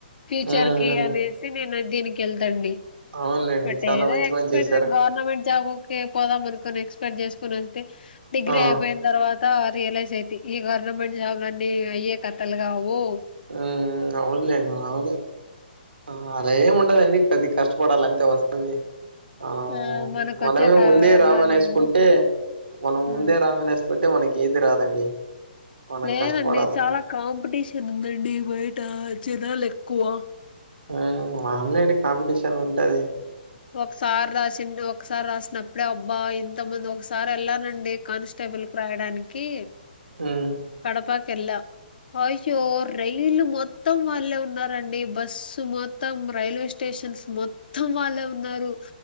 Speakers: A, on the left; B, on the right.
A: ప్యూచర్
B: ఉమ్
A: కి
B: ఉమ్
A: అనేసి నేను దీనికెళ్తా అండి
B: అవునులేండి
A: బట్
B: చాలా
A: ఏదో
B: మంచి
A: ఎక్స్పెక్ట్
B: పని చేశారు
A: జేయ్ గవర్నమెంట్ జాబు కే పోదాం అనుకుని ఎక్స్పెక్ట్ చేసుకొని ఉంటే డిగ్రీ
B: ఆ
A: అయిపోయిన తర్వా త రియలైజ్ అయితి ఈ గవర్నమెంట్ జాబ్లన్ని అయ్యే కథలుగావు
B: ఆ అవునులే మాములే ఆ అలా ఏమి ఉండదండి కొద్దిగ కష్టపడాలంతే వస్తుంది అ
A: ఆ మనకు వచ్చే
B: మనమే
A: కళ
B: ముందే రామనే
A: లేవు
B: వేసుకుంటే మనం
A: ఉమ్,
B: ముందే రామనే వేసుకు అంటే మనకి ఏది రాదండి మనం
A: లేదండి
B: కష్టపడాల
A: చాలా కాంపిటీషన్ ఉందండి బయట జనాలు ఎక్కువ
B: ఆ మాములే అండి కాంపిటీషన్ ఉంటది
A: ఒకసారి రాసిండు ఒకసారి రాసినప్పుడే అబ్బా ఇంతమంది ఒకసారి వెళ్ళానండి కానిస్టేబుల్ కు రాయడానికి
B: ఉమ్
A: కడప కెళ్ళా అయ్యో రైలు మొ త్తం వాళ్ళే ఉన్నారండి బస్సు మొత్తం రైల్వే స్టేషన్స్ మొత్తం వాళ్ళే ఉన్నారు